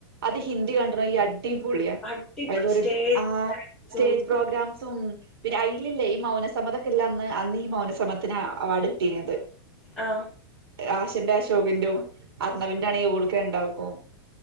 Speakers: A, on the right (about 70°); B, in the centre.
A: അത് ഹിന്ദി കണ്ട അടിപൊളിയാ
B: അടിപൊളി
A: അതിലരു
B: സ്റ്റേജ്
A: ആ സ്റ്റേജ്
B: ഉം
A: പ്രോഗ്രാം തും പിന്നെ അയില്ലല്ലേ ഈ മൗനസമ്മതൊക്കെല്ല അന്ന് അന്ന് ഈ മൗനസമത്തിന് അവാർഡ് കിട്ടിന്നത്
B: ആ
A: ആശന്റെ അശോകന്റോം അർണവിന്റെ ആണെങ്കിൽ ഓൾക് രണ്ടാൾക്കും